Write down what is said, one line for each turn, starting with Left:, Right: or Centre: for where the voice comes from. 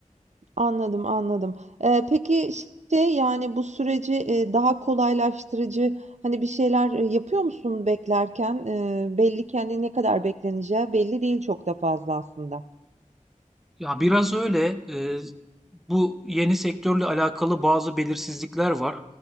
Right: Anladım, anladım. Eee, peki, şey, yani, bu süreci, eee, daha kolaylaştırıcı, hani, bir şeyler, eee, yapıyor musun beklerken? Eee, belli ki, hani, ne kadar bekleneceği belli değil çok da fazla aslında.
Centre: Ya biraz öyle. e, bu yeni sektörle alakalı bazı belirsizlikler var.